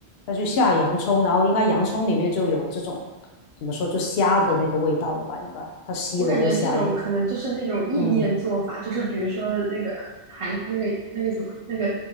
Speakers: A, on the left; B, on the right.
A: 再去下洋葱，然后应该洋葱里面就有这种怎么说，就虾的那个味道了吧？应该它吸的那个虾油。
B: 我感觉这种可能就是那种意面做法，
A: 嗯
B: 就是比如说那个韩那个那个什么那个